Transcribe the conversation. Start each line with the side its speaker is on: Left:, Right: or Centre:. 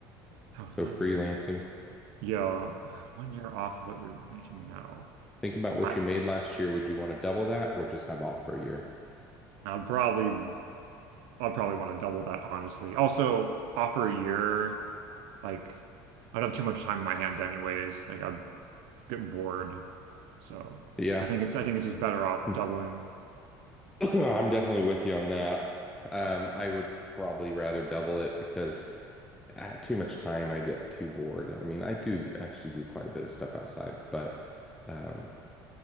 Right: have
Centre: So
Right: one
Centre: freelancing.
Right: year. Yeah, I have one year off of what you're making now.
Centre: Think about what
Right: I
Centre: you made last year. Would you want to double that or just have off for a year?
Right: I'd probably I'd probably want to double that, honestly. Also, offer a year, like I don't have too much time in my hands anyways. Like I'd get bored. So
Centre: Yeah.
Right: I think it's I think it's just better off
Centre: <laughs>
Right: doubling
Centre: <clears throat> I'm definitely with you on that. Um, I would probably rather double it because uh, too much time I get too bored. I mean, I do actually do quite a bit of stuff outside, but um,